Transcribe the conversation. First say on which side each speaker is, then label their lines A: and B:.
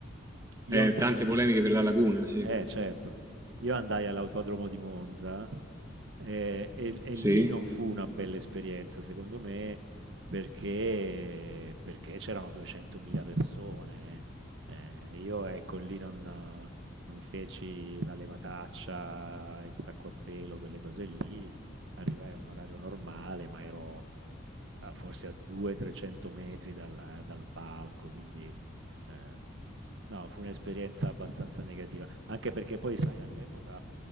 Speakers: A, on the right; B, on the right.
A: Io
B: Eh,
A: andai
B: tante
A: a lì
B: polemiche per la laguna, sì,
A: eh certo, io andai all'autodromo di Monza eh, e, e
B: sì,
A: lì non fu una bella esperienza, secondo me, perché, perché c'erano 200.000 persone. eh, io, ecco, lì non, non feci la levataccia, il sacco a pelo, quelle cose lì. Arrivai a un orario normale, ma ero a- forse a 200-300 metri dal, dal palco, quindi Ehm, no, fu un'esperienza abbastanza negativa, anche perché poi sai all'epoca